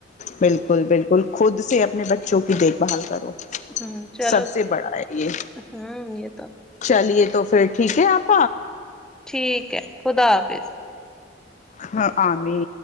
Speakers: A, on the left (about 40°); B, in the centre.
A: بالکل بالکل خود سے اپنے بچوں کی دیکھ بھال کرو
B: ہوں چلو
A: سب سے بڑا ہے یہ
B: ہوں یہ تو
A: چلیے تو پھر ٹھیک ہے آپ
B: ٹھیک ہے خدا حافظ
A: ہاں آمی